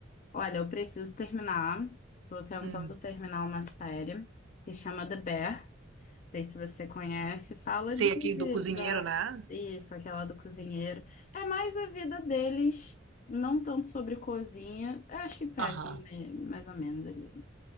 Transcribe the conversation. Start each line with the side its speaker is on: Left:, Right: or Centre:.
Left: Olha, eu preciso terminar. Tô tentando
Right: Hum.
Left: terminar uma série que chama The Bear. Não sei se você conhece. Fala
Right: Sei
Left: de
Right: aquele do cozinheiro,
Left: da
Right: né?
Left: isso, aquela do cozinheiro. É mais a vida deles, não tanto sobre cozinha. Eu acho que pega
Right: Aham.
Left: né, mais ou menos ali.